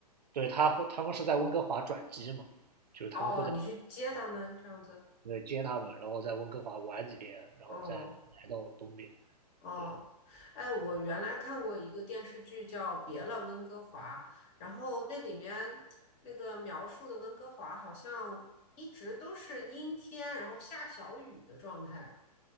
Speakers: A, on the right (about 75°); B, on the left (about 30°).
A: 对，他会他们是在温哥华转机嘛，就是他们会在
B: 哦，你去接他们这样子，
A: 对接他们，然后在温哥华玩几天，然后再来到东边。
B: 哦哦，
A: 对，
B: 哎，我原来看过一个电视剧叫《别了，温哥华》，然后那里面那个描述的温哥华好像一直都是阴天，然后下小雨的状态。